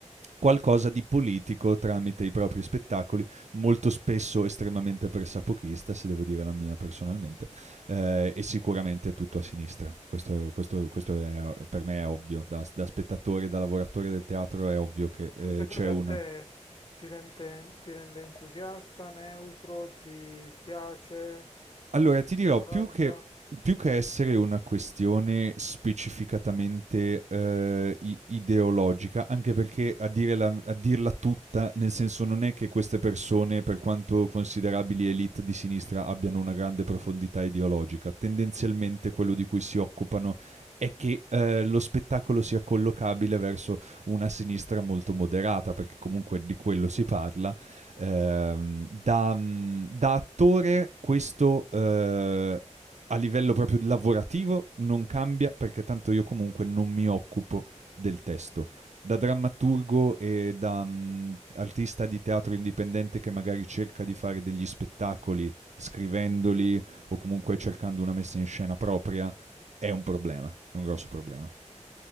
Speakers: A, on the right; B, on the left.
A: qualcosa di politico tramite i propri spettacoli, molto spesso estremamente pressapochista, se devo dire la mia personalmente, eh, e sicuramente tutto a sinistra. Questo, questo, questo è, per me è ovvio, da, da spettatore, da lavoratore del teatro è ovvio che eh,
B: Questa cosa
A: c'è una
B: a te ti rende, ti rende entusiasta, neutro, ti spiace,
A: Allora ti
B: ti
A: dirò,
B: scoraggia?
A: più che più che essere una questione specificatamente, ehm, i ideologica, anche perché a dire la a dirla tutta, nel senso non è che queste persone, per quanto considerabili élite di sinistra, abbiano una grande profondità ideologica. Tendenzialmente quello di cui si occupano è che, ehm, lo spettacolo sia collocabile verso una sinistra molto moderata, perché comunque di quello si parla, Ehm, da, mh, da attore questo eh, a livello proprio lavorativo non cambia perché tanto io comunque non mi occupo del testo. Da drammaturgo e da mh, artista di teatro indipendente che magari cerca di fare degli spettacoli scrivendoli o comunque cercando una messa in scena propria, è un problema, è un grosso problema.